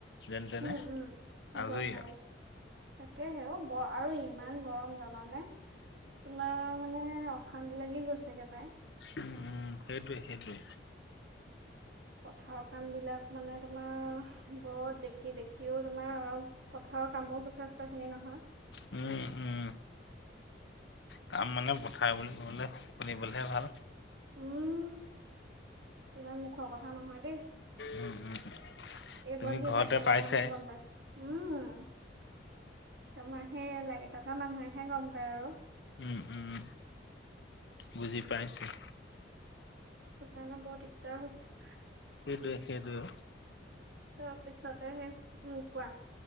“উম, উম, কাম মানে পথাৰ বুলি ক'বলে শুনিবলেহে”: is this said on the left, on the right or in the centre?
Left